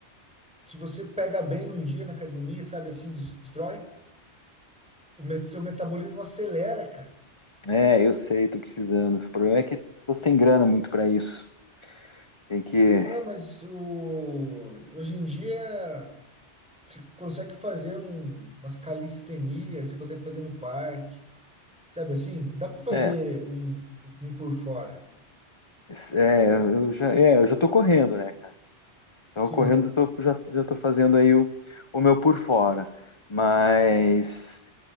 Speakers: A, in the centre; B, on the left.
A: Se você pega bem num dia na academia, sabe assim, destrói, o me- seu metabolismo acelera, cara.
B: É, eu sei, tô precisando. O problema é que tô sem grana muito para isso. Tem que,
A: Não é, mas o, hoje em dia você consegue fazer um, umas calistenias, você consegue fazer no parque, sabe assim? Dá para fazer
B: é,
A: um, um por fora.
B: es- é, eu já, é, eu já tô correndo, né, cara? Então,
A: Sim,
B: correndo, eu tô, já, já tô fazendo aí o, o meu por fora. Mas